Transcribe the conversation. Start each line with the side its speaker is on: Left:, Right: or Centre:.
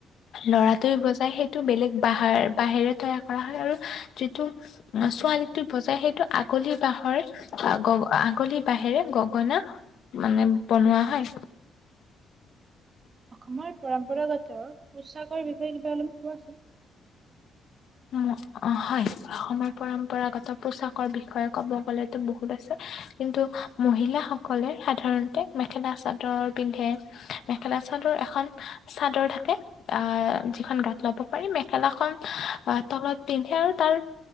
Left: ল'ৰাটোৱে বজাই সেইটো বেলেগ বাঁহ বাঁহেৰে তৈয়াৰ কৰা হয়। আৰু যিটো ছোৱালীটো বজাই সেইটো আগলি বাঁহৰ আকৌ আগলি বাহেৰে গগনা মানে বনোৱা হয়।
Right: অসমৰ পৰম্পৰাগত পোছাকৰ বিষয়ে কিবা অলপ কোৱাচোন?
Left: অ', হয়। অসমৰ পৰম্পৰাগত পোছাকৰ বিষয়ে ক'ব গ'লেতো বহুত আছে। কিন্তু মহিলাসকলে সাধাৰণতে মেখেলা চাদৰ পিন্ধে। মেখেলা চাদৰ এখন চাদৰ থাকে। আহ যিখন গাত ল'ব পাৰি, মেখেলাখন তলত পিন্ধে আৰু তাৰ